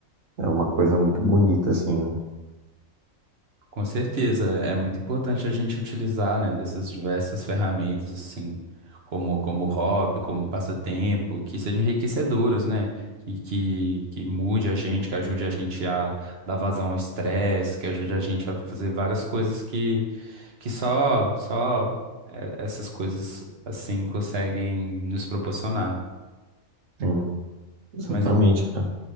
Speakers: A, on the right; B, on the right.
A: É uma coisa muito bonita, assim.
B: Com certeza, é muito importante a gente utilizar, né, dessas diversas ferramentas, assim, como, como hobby, como passatempo, que sejam enriquecedoras, né, que, que, que mude a gente, que ajude a gente a dar vazão ao estresse, que ajude a gente a fazer várias coisas que, que só, só eh, essas coisas, assim, conseguem nos proporcionar.
A: Sim, exatamente,
B: Mas,
A: cara.